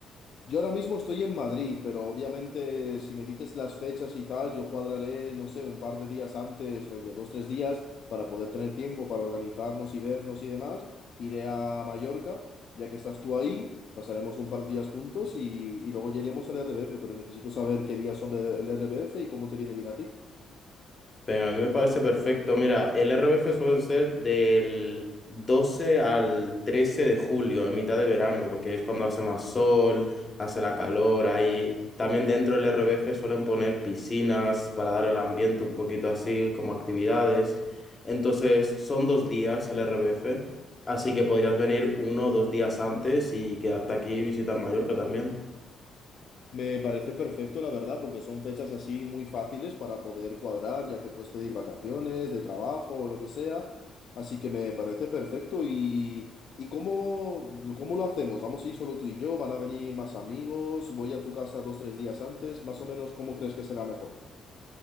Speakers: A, on the left; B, on the left.
A: Yo ahora mismo estoy en Madrid, pero obviamente si me dices las fechas y tal, yo cuadraré, no sé, un par de días antes, rollo, dos, tres días, para poder tener tiempo para organizarnos y vernos y demás. Iré a Mallorca, ya que estás tú ahí, pasaremos un par de días juntos y, y luego ya iríamos al RBF, pero necesito saber qué días son el, el RBF y cómo te viene bien a ti.
B: Venga, a mí me parece perfecto. Mira, el RBF suelen ser del 12 al 13 de julio, en mitad de verano, porque es cuando hace más sol, hace la calor ahí. También dentro del RBF suelen poner piscinas para dar el ambiente un poquito así, como actividades. Entonces, son dos días el RBF, así que podrías venir uno o dos días antes y quedarte aquí y visitar Mallorca también.
A: Me parece perfecto, la verdad, porque son fechas así muy fáciles para poder cuadrar, ya que puedes pedir vacaciones, de trabajo o lo que sea. Así que me parece perfecto. ¿Y, y cómo, cómo lo hacemos? ¿Vamos a ir solo tú y yo? ¿Van a venir más amigos? ¿Voy a tu casa dos, tres días antes? Más o menos, ¿cómo crees que será mejor?